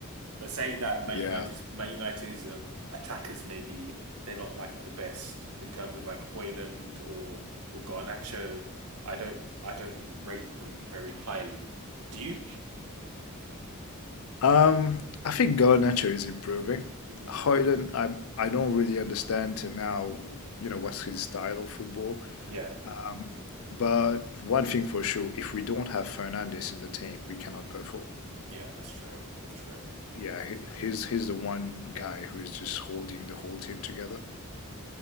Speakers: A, on the right; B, on the left.
A: But saying that, Man
B: Yeah.
A: United's Man United's um, attackers maybe they're not like the best in terms of like Hoyland or or Garnacho. I don't I don't rate them very highly. But do you?
B: Um, I think Garnacho is improving.
A: hmm
B: Højlund, I I don't really understand to now, you know, what's his style of football.
A: Yeah,
B: Um, but one thing for sure, if we don't have Fernandes in the team, we cannot perform.
A: yeah, that's true. That's true.
B: Yeah, he, he's he's the one guy who is just holding the whole team together.